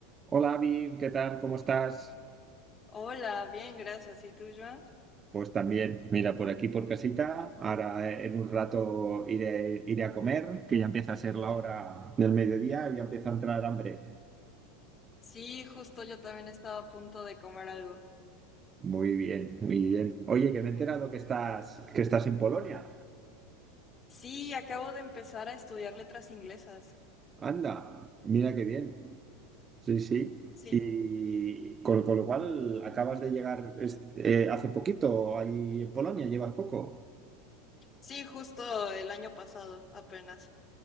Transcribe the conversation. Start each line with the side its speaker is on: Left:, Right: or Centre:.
Right: Hola, Avi, ¿qué tal? ¿Cómo estás?
Left: Hola, bien, gracias. ¿Y tú, Joan?
Right: Pues también, mira, por aquí por casita. Ahora eh, en un rato iré, iré a comer, que ya empieza a ser la hora del mediodía y ya empieza a entrar hambre.
Left: Sí, justo yo también estaba a punto de comer algo.
Right: Muy bien, muy bien. Oye, que me he enterado que estás, que estás en Polonia.
Left: Sí, acabo de empezar a estudiar letras inglesas.
Right: Anda, mira qué bien. Sí, sí.
Left: Sí,
Right: Y con, con lo cual acabas de llegar este- eh, hace poquito ahí en Polonia, llevas poco.
Left: sí, justo el año pasado, apenas.